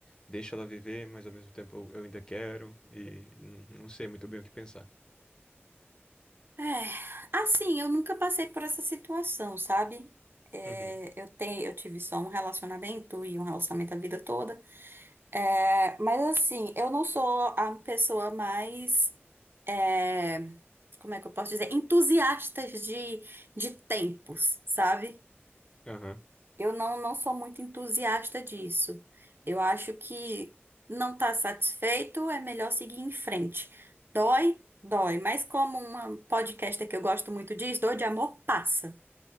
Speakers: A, on the left (about 20°); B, on the right (about 55°).
A: deixo ela viver, mas ao mesmo tempo eu, eu ainda quero e n- não sei muito bem o que pensar.
B: É, assim, eu nunca passei por essa situação, sabe? É,
A: Uhum.
B: eu tenho, eu tive só um relacionamento e um relacionamento a vida toda. É, mas assim, eu não sou a pessoa mais, é, como é que eu posso dizer, entusiastas de, de tempos, sabe?
A: Aham,
B: Eu não, não sou muito entusiasta disso. Eu acho que não está satisfeito, é melhor seguir em frente. Dói, dói. Mas como uma podcaster que eu gosto muito diz, dor de amor passa.